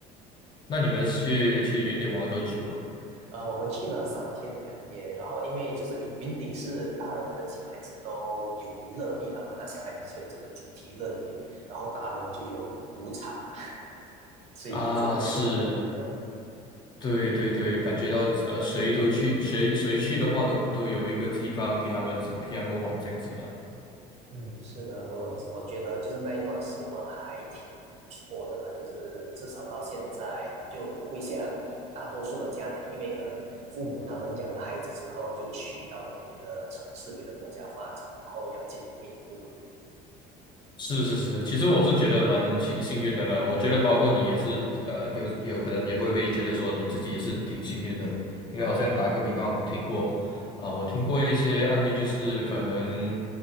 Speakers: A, on the left (about 30°); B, on the right (about 45°).
A: 那你们去去云顶玩多久啊？
B: 呃，我们去了三天两夜，然后因为就是云云顶是大人跟小孩子都有娱乐的地方嘛，那小孩子就有这个主题乐园，然后大人就有赌场嘛，<laughs> 所以各自都有各自的娱乐。
A: 啊，是，对对对，感觉到呃谁都去谁谁去的话都都有一个地方给他们给他们玩这样子啊。
B: 嗯，是的，我我我觉得就是那一段时光还挺不错的啦，就是至少到现在就不会像大多数的家庭，因为可能父母他们养了孩子之后就去到了别的城市、别的国家发展，然后要见一面也不容易。
A: 是是是，其实我是觉得蛮幸幸运的啦。我觉得包括你也是，呃，有有可能也会觉得说你自己也是挺幸运的，因为好像打个比方，我听过啊、我听过一些案例，就是可能